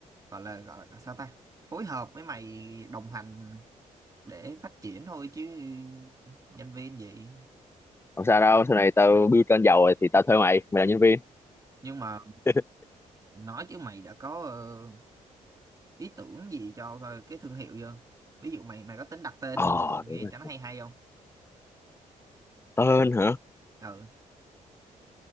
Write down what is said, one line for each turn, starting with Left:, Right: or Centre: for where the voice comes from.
Right: gọi là gọi là sao ta phối hợp với mày đồng hành để phát triển thôi chứ nhân viên gì
Left: không sao đâu sau này tao build trên giàu rồi thì tao thuê mày mày là nhân viên
Right: nhưng mà
Left: <laughs>
Right: nói chứ mày đã có ờ, ý tưởng gì cho coi cái thương hiệu chưa ví dụ mày mày có tính đặt tên
Left: ờ
Right: nghe
Left: đúng rồi
Right: cho nó hay hay không
Left: tên hả
Right: ừ